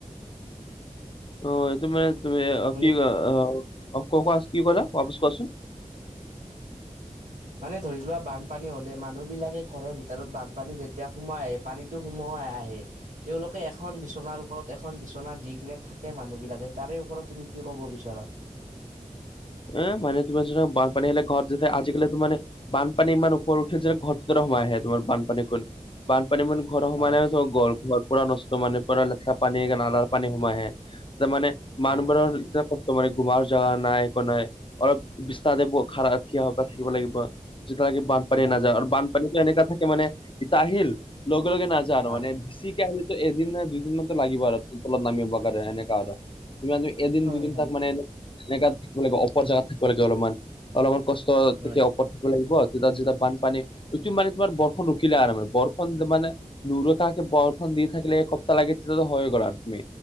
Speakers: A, on the left; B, on the right.
A: অঁ এইটো মানে তুমি
B: শুনি
A: কি অহ অহ কো কোৱা কি ক'লা বাপচ কোৱাচোন
B: মানে ধৰি লোৱা বানপানী হ'লে মানুহবিলাকে ঘৰৰ ভিতৰত বানপানী যেতিয়া সোমাই পানীতো সোমোৱাই আহে। তেওঁলোকে এখন বিচনাৰ ওপৰত এখন বিচনা দি কিনে থাকে মানুহ বিলাকে তাৰে ওপৰত তুমি কি ক'ব বিচাৰা?
A: এহ মানে তোমাৰ যেতিয়া বানপানী আহিলে ঘৰত যেতিয়া আজিকালি তো মানে বানপানী ইমান ওপৰত উঠে যে ঘৰৰ ভিতৰলে সোমাই আহে তোমাৰ বানপানী ভোন বানপানী ভোন ঘৰৰ
B: হয়
A: সোমালে তো ঘৰ পু পুৰা নষ্ট মানে পুৰা লেতেৰা পানী একে নালাৰ পানী সোমাই আহে। তাৰ মানে মানুহবোৰৰ
B: হয়
A: এতিয়া কতো মানে ঘোমাৰ জাগা নাই বনাই অলপ বিস্তাৰতে খাৰ থিয় থাকিব লাগিব যেতিয়ালৈকে বান পানী
B: হয়
A: নাযায় আৰু বানপানীতো এনেকা থাকে মানে ইতা আহিল লগে লগে নাযায় আৰু
B: হয়
A: মানে বেছিকে আহি তো এদিন নে দুইদিন মানতো লাগিব আৰু তলত নামিব কাৰণে সেনেকা আৰু, কিবা তুমি এদিন
B: হয়
A: দুদিন
B: হয়
A: তাক মানে এনেকাত থাকিব লাগিব ওপৰ জেগাত থাকিব লাগিব অলপমান, অলপমান কষ্ট ট
B: হয়
A: তেতিয়া ওপৰত লাগিব তাত যেতিয়া বানপানী সিটো মানে তোমাৰ বৰষুণ ৰখিলে আৰু মানে বৰষুণ মানে নোৰোখাকে বৰষুণ দি থাকিলে এসপ্তাহ লৈকে তেতিয়া তো হৈ গ'ল আৰু তুমি